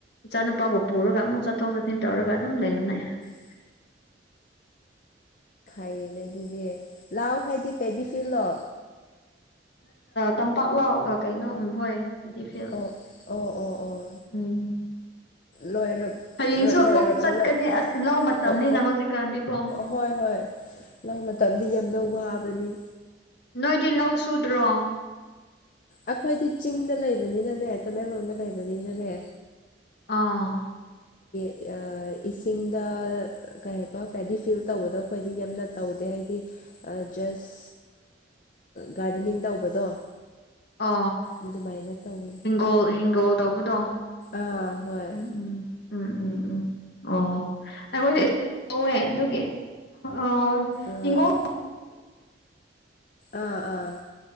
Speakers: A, on the left; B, on the left.
A: ꯏꯆꯥ ꯅꯨꯨꯄꯥꯕꯨ ꯄꯨꯔꯒ ꯑꯃꯨꯛ ꯆꯠꯊꯣꯛ ꯆꯠꯁꯤꯟ ꯇꯧꯔꯒ ꯑꯗꯨꯝ ꯂꯩꯕꯅꯦ
B: <inaudible> ꯍꯥꯏꯌꯦꯅꯦ ꯑꯗꯨꯗꯤ ꯂꯑꯣ ꯍꯥꯏꯗꯤ ꯄꯦꯗꯤꯐꯤꯂꯣ
A: ꯇꯝꯄꯥꯛ ꯂꯥꯎ ꯀꯩꯅꯣ ꯍꯣꯏ ꯄꯗꯤ ꯐꯤꯜ
B: ꯑꯣ ꯑꯣ ꯑꯣ ꯑꯣ
A: ꯎꯝ
B: ꯂꯣꯏ
A: ꯍꯌꯦꯡꯁꯨ
B: ꯂꯣꯏꯔꯕ
A: ꯑꯃꯨꯛ ꯆꯠꯀꯅꯤ
B: ꯂ
A: ꯑꯁ ꯂꯧ ꯃꯇꯝꯅꯤꯅ
B: ꯑꯣ
A: ꯍꯧꯖꯤꯛꯀꯥꯟꯗꯤꯀꯣ
B: ꯍꯣꯏ ꯍꯣꯏ ꯂ ꯃꯇꯝꯗꯤ ꯌꯥꯝꯗ ꯋꯥꯕꯅꯤ
A: ꯅꯣꯏꯗꯤ ꯂꯧ ꯁꯨꯗ꯭ꯔꯣ
B: ꯑꯩꯈꯣꯏꯗꯤ ꯆꯤꯡꯗ ꯂꯩꯕꯅꯤꯅꯅꯦ ꯇꯃꯦꯡꯂꯣꯡꯗ ꯂꯩꯕꯅꯤꯅꯅꯦ
A: ꯑꯥ
B: ꯑ ꯏꯁꯤꯡꯗ ꯀꯩ ꯍꯥꯏ ꯍꯥꯏ ꯍꯥꯏꯗꯤ ꯐꯤꯜ ꯇꯧꯕꯗꯣ ꯑꯩꯈꯣꯏꯗꯤ ꯌꯥꯝꯅ ꯇꯧꯗꯦ ꯍꯥꯏꯗꯤ ꯖꯁ ꯒꯥꯔꯗꯦꯅꯤꯡ ꯇꯧꯕꯗꯣ
A: ꯑ
B: ꯑꯗꯨꯃꯥꯏꯅ ꯇꯧꯋꯤ
A: ꯍꯤꯡꯒꯣꯜ ꯍꯤꯡꯒꯣꯜ ꯇꯧꯕꯗꯣ
B: ꯑꯥ ꯍꯣꯏ
A: ꯎꯝ ꯎꯝ ꯎꯝ ꯎꯝ ꯎꯝ ꯑꯣ ꯑꯩꯈꯣꯏꯗ ꯂꯧꯧꯋꯦ ꯑꯗꯨꯒꯤ ꯑ
B: ꯑꯥ
A: ꯍꯣ
B: ꯑꯥ ꯑꯥ